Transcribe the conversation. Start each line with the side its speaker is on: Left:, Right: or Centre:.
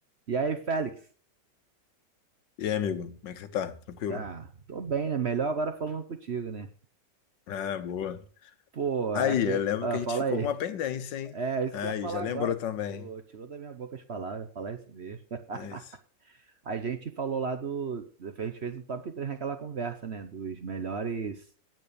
Right: E aí, Félix?
Left: E aí, amigo, como é que você tá? Tranquilo?
Right: Ah, tô bem, né? Melhor agora falando contigo, né?
Left: Ah, boa.
Right: Pô,
Left: Aí,
Right: aqui...
Left: eu lembro
Right: ah,
Left: que a gente
Right: fala
Left: ficou
Right: aí.
Left: com
Right: <laughs>
Left: uma pendência, hein?
Right: É, isso
Left: Aí,
Right: que eu ia falar
Left: já
Right: agora.
Left: lembrou também.
Right: Tu tirou da minha boca as palavras, eu ia falar isso mesmo.
Left: É isso.
Right: <laughs> A gente falou lá do... A gente fez um top 3 naquela conversa, né? Dos melhores